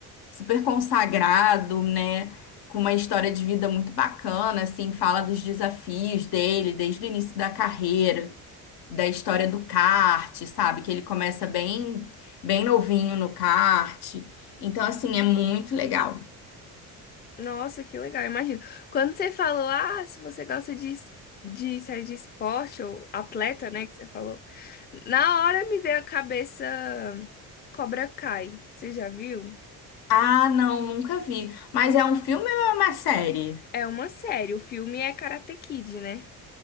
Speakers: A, on the left; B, on the left.
A: super consagrado, né? Com uma história de vida muito bacana, assim, fala dos desafios dele desde o início da carreira da história do kart, sabe? Que ele começa bem, bem novinho no kart. Então, assim, é muito legal.
B: Nossa, que legal. Imagina. Quando você falou, ah, se você gosta de, es- de série de esporte ou atleta, né, que você falou, na hora me veio a cabeça Cobra Kai. Você já viu?
A: Ah, não, nunca vi. Mas é um filme ou é uma série?
B: É uma série, o filme é Karate Kid, né?